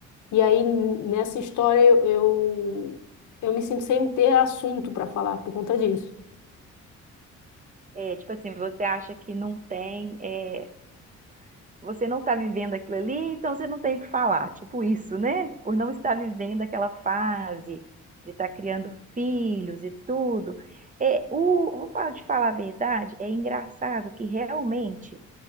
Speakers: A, on the left; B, on the right.
A: E aí, n- nessa história, eu, eu, eu me sinto sem ter assunto para falar por conta disso.
B: É, tipo assim, você acha que não tem, é, você não está vivendo aquilo ali, então você não tem o que falar. Tipo isso, né? Por não estar vivendo aquela fase de estar criando filhos e tudo. É, o, vou falar de falar a verdade, é engraçado que realmente